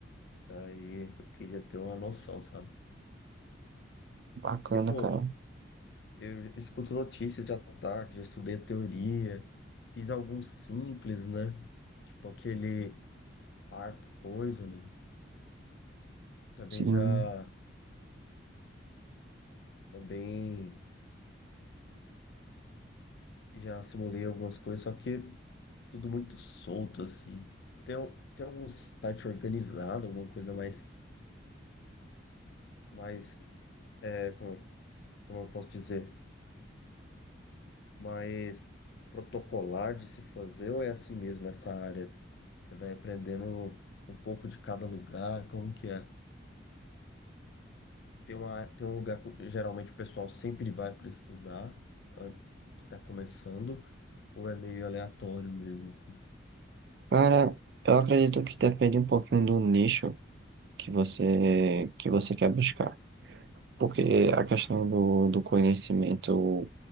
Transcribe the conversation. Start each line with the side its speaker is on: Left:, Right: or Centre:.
Left: Daí eu queria ter uma noção, sabe?
Right: Bacana,
Left: Que, pô,
Right: cara.
Left: eu escuto notícias de ataque, já estudei teoria, fiz alguns simples, né? Tipo aquele ARP poisoning. Também
Right: Sim.
Left: já, também já simulei algumas coisas, só que tudo muito solto, assim. Se Tem, al- tem algum site organizado, alguma coisa mais, mais, é, como, é- como eu posso dizer? mais protocolar de se fazer ou é assim mesmo essa área? Você vai aprendendo um pouco de cada lugar, como que é? Tem uma, tem um lugar que geralmente o pessoal sempre vai para estudar, antes que está começando, ou é meio aleatório mesmo, assim?
Right: Cara, eu acredito que depende um pouquinho do nicho que você que você quer buscar. Porque a questão do, do conhecimento